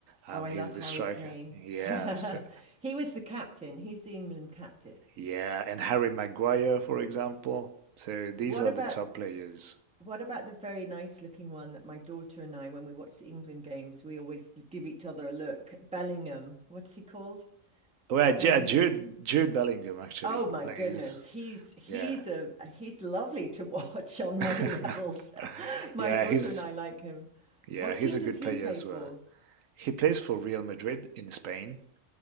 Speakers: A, on the right (about 80°); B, in the centre.
A: Um,
B: Oh, I
A: he's
B: love
A: the
B: Harry
A: striker.
B: Kane.
A: Yeah,
B: <laughs>
A: so,
B: He was the captain. He's the England captain.
A: yeah, and Harry Maguire, for example. So these
B: What
A: are
B: about
A: the top players.
B: what about the very nice looking one that my daughter and I, when we watch the England games, we always give each other a look. Bellingham, what's he called?
A: Well,
B: Bellingham.
A: yeah, Jude Jude Bellingham actually.
B: Oh
A: He
B: my
A: plays.
B: goodness, he's he's
A: Yeah.
B: a he's lovely to watch <laughs> on
A: <laughs>
B: many levels. <laughs> My
A: Yeah,
B: daughter
A: he's
B: and I like him.
A: yeah,
B: What
A: he's
B: team
A: a
B: does
A: good
B: he
A: player
B: play
A: as
B: for?
A: well. He plays for Real Madrid in Spain.